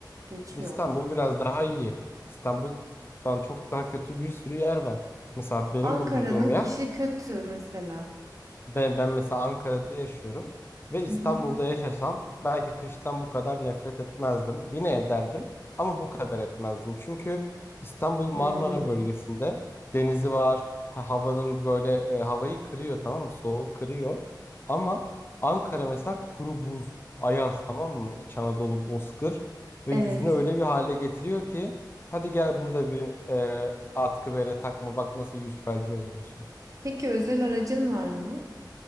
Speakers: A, on the right; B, on the left.
A: geçiyor.
B: İstanbul biraz daha iyi. İstanbul'dan çok daha kötü bir sürü yer var. Mesela benim
A: Ankara'nın
B: bulunduğum
A: kışı
B: yer
A: kötü mesela.
B: Ben, ben mesela Ankara'da yaşıyorum ve İstanbul'da
A: Hı hı.
B: yaşasam belki kıştan bu kadar nefret etmezdim. Yine ederdim ama bu kadar etmezdim. Çünkü İstanbul Marmara
A: Hmm,
B: bölgesinde denizi var. ha- Havanın böyle e, havayı kırıyor tamam mı? Soğuğu kırıyor. Ama Ankara mesela kuru buz, ayaz tamam mı? İç Anadolu bozkır ve
A: Evet.
B: yüzünü öyle bir hale getiriyor ki hadi gel burada bir e, atkı bere takma bak nasıl yüz felci oluyorsun.
A: Peki özel aracın var mı?